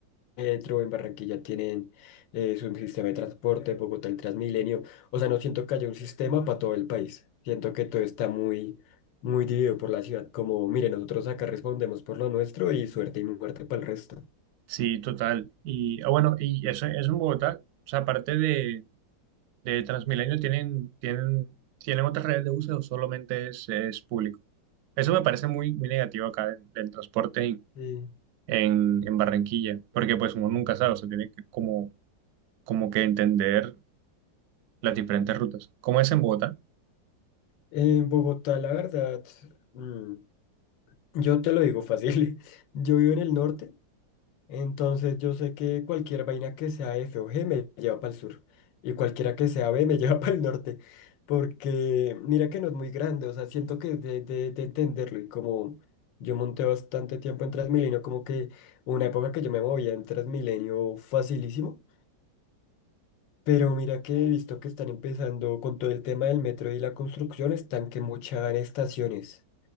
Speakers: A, on the left; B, on the right.
A: metro, en Barranquilla tienen eh, su sistema de transporte, Bogotá el Transmilenio. O sea, no siento que haya un sistema para todo el país. Siento que todo está muy, muy dividido por la ciudad. Como, mire, nosotros acá respondemos por lo nuestro y suerte y muerte para el resto.
B: Sí, total. Y ah, bueno, y eso, eso en Bogotá, o sea, aparte de, de Transmilenio, ¿tienen, tienen, tienen otras redes de buses o solamente es, es público? Eso me parece muy, muy negativo acá del, del transporte en,
A: Sí.
B: en, en Barranquilla, porque pues uno nunca sabe, o sea, tiene que como, como que entender las diferentes rutas. ¿Cómo es en Bogotá?
A: En Bogotá, la verdad, mm, yo te lo digo fácil. <laughs> Yo vivo en el norte. Entonces yo sé que cualquier vaina que sea F o G me lleva para el sur y cualquiera que sea B me lleva <laughs> para el norte, porque mira que no es muy grande, o sea, siento que de, de, de entenderlo y como yo monté bastante tiempo en Transmilenio, como que una época que yo me movía en Transmilenio facilísimo, pero mira que he visto que están empezando con todo el tema del metro y la construcción, están que mochan estaciones.